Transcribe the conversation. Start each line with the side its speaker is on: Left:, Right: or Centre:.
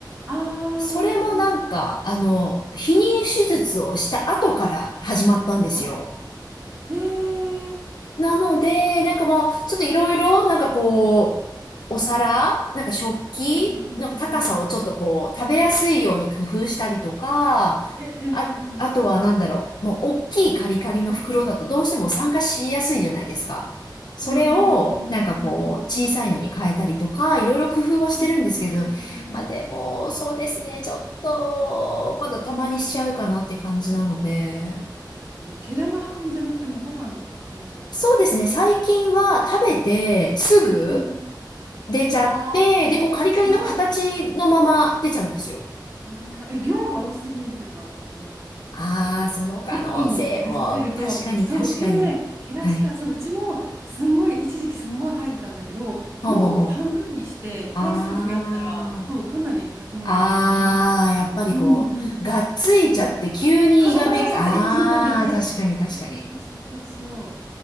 Right: あー
Left: それもなんか、あの、避妊手術をした後から始まったんですよ。
Right: あ、えー、
Left: なので、なんかもう、ちょっといろいろ、なんかこう、お皿、なんか食器の高さをちょっとこう、
Right: えええええ
Left: 食べやすいように工夫したりとか、
Right: えええええええ
Left: あ、あとはなんだろう、もう大きいカリカリの袋だとどうしても酸化しやすいじゃないですか。それを、
Right: うんうんうんうんうんうんうん
Left: なんかこう、小さいのに変えたりとか、いろいろ工夫はしてるんですけど、
Right: うんうんうんうんうん
Left: まあでも、そうですね、ちょっと、まだたまにしちゃうかなって感じなので。
Right: うん毛玉吐くんじゃなくてもうご飯吐いちゃう感じですか。
Left: そうですね。最近は食べてすぐ
Right: うんう
Left: 出ちゃって、
Right: あ
Left: で、こうカリカリの形のまま出ちゃうんですよ。
Right: ー量、ああ、え、量が多すぎるとかじゃないですかね。
Left: ああ、その可能性も、
Right: 一気に食べさせると、
Left: 確かに確かに。
Right: そう、うちもね、減らした、
Left: はい。
Right: そう、うちもすんごい、一時期すんごい吐いてたんだけど、
Left: ほうほうほう。
Right: 量を半分にして回数増やしたら、
Left: ああ。
Right: そう、かなり吐き戻しは減ります。
Left: ああ、やっぱりこう、
Right: うんうん。
Left: がっついちゃって急に胃がべき、
Right: そうそうそうそうそう、
Left: ああ、
Right: 一気に食べて。
Left: 確かに確かに。
Right: そうそうそうそう、